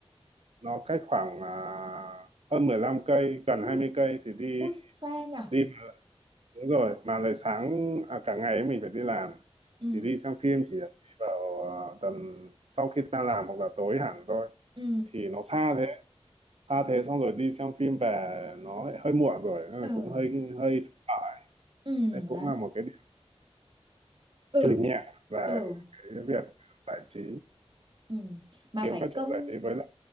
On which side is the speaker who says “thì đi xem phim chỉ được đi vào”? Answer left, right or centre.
Right